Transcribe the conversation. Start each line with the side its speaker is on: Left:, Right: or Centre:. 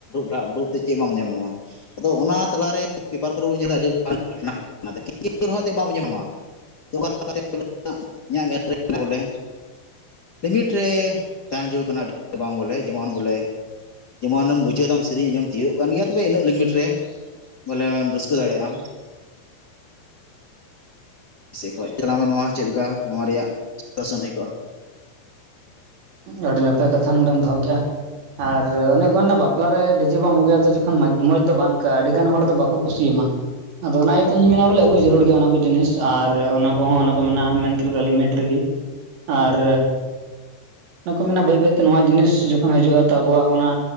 Left: ᱰᱷᱟᱵ ᱰᱷᱩᱵ ᱛᱮ ᱪᱮᱫ ᱵᱟᱢ ᱟᱸᱚᱢ ᱧᱟᱢᱟ ᱾ ᱟᱫᱚ ᱚᱱᱟ ᱛᱟᱞᱟᱨᱮ ᱯᱮᱯᱟᱨ ᱠᱚᱨᱮ ᱵᱚᱱ ᱧᱮᱞᱟ ᱟᱹᱰᱤ ᱟᱹᱰᱤ ᱢᱟᱨᱟᱝ ᱜᱷᱚᱴᱱᱟ ᱜᱷᱚᱴᱱᱟᱚᱭ ᱠᱤᱪᱷᱩ ᱨᱮᱦᱚᱸᱭ ᱵᱟᱢ ᱟᱸᱡᱚᱢᱟᱢᱟ ᱾ <unintelligible> ᱤᱧᱟᱹᱜ ᱵᱚᱞᱮ ᱞᱤᱢᱤᱴ ᱨᱮ ᱛᱟᱦᱮᱱ ᱡᱩᱲᱟᱹ ᱠᱟᱱᱟ <unintelligible> ᱵᱟᱝ ᱵᱚᱞᱮ ᱡᱮᱢᱚᱱ ᱵᱚᱞᱮ ᱡᱮᱢᱚᱱ ᱱᱮᱢ ᱵᱩᱡᱷᱟᱹᱣ ᱮᱫᱟᱢ ᱥᱮᱨᱮᱧ ᱟᱸᱡᱚᱢ ᱛᱤᱭᱳᱜ ᱠᱟᱱ ᱜᱮᱭᱟ ᱛᱚᱵᱮ ᱤᱱᱟᱹᱜ ᱞᱤᱢᱤᱴ ᱨᱮ᱾ ᱵᱚᱞᱮ ᱟᱢ ᱨᱟᱹᱥᱠᱟᱹ ᱫᱟᱲᱮᱭᱟᱜᱼᱟ᱾ ᱥᱮᱫ ᱠᱷᱚᱱ ᱛᱟᱞᱟᱝ ᱢᱮ ᱱᱚᱣᱟ ᱪᱮᱫ ᱞᱮᱠᱟ? ᱱᱚᱣᱟ ᱨᱮᱭᱟᱜ ᱥᱟᱥᱚᱱ ᱦᱩᱭ ᱠᱚᱜᱼᱟ᱾
Right: ᱟᱹᱰᱤ ᱱᱟᱯᱟᱭ ᱠᱟᱛᱷᱟ ᱱᱚᱰᱮᱢ ᱫᱚᱦᱚ ᱠᱮᱫᱼᱟ᱾ ᱟᱨ ᱚᱱᱮ ᱠᱚ ᱢᱮᱱᱟ ᱵᱟᱯᱞᱟ ᱨᱮ ᱰᱤᱡᱮ ᱵᱟᱢ ᱟᱹᱜᱩᱭᱟ᱾ ᱛᱚ ᱡᱚᱠᱷᱚᱱ ᱢᱚᱸᱡᱽ ᱫᱚ ᱵᱟᱝ ᱟᱹᱭᱠᱟᱹᱜᱼᱟ᱾ ᱟᱹᱰᱤ ᱜᱟᱱ ᱦᱚᱲ ᱫᱚ ᱵᱟᱠᱚ ᱠᱩᱥᱤᱭ ᱟᱢᱟ᱾ ᱟᱫᱚ ᱚᱱᱟ ᱤᱭᱟᱹᱛᱮ ᱤᱧ ᱢᱮᱱᱟ ᱵᱚᱞᱮ ᱟᱹᱜᱩ ᱡᱟᱹᱨᱩᱲ ᱜᱮᱭᱟ ᱚᱱᱟ ᱠᱚ ᱡᱤᱱᱤᱥ ᱟᱨ ᱚᱱᱟ ᱠᱚᱦᱚᱸ ᱚᱱᱟ ᱠᱚ ᱢᱮᱱᱟᱜᱼᱟ, ᱢᱮᱱ ᱠᱮᱜ ᱞᱮᱠᱟ ᱞᱤᱢᱤᱴ ᱨᱮᱜᱮ᱾ ᱟᱨ ᱚᱱᱟ ᱠᱚ ᱢᱮᱱᱟ ᱵᱟᱹᱭ ᱵᱟᱹᱭᱛᱮ ᱱᱚᱣᱟ ᱡᱤᱱᱤᱥ ᱡᱚᱠᱷᱚᱱ ᱦᱤᱡᱩᱜᱼᱟ᱾ ᱛᱚ ᱟᱵᱚᱣᱟᱜ ᱚᱱᱟ